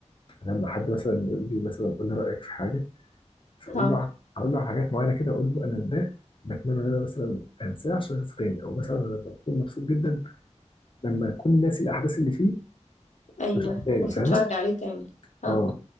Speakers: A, on the left; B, on the left.
A: لما حد مثلا يقول لي مثلا قول لي رايك في حاجه فاقول
B: اه
A: له ع- هقول له على حاجات معينه كده اقول له انا ده بتمنى ان انا مثلا انساه عشان اشوفه تاني او مثلا انا لما بكون مبسوط جدا لما اكون ناسي الاحداث اللي فيه
B: ايوه
A: فاشوفه تاني
B: وتتفرج
A: فاهمه؟
B: عليه تاني اه
A: اه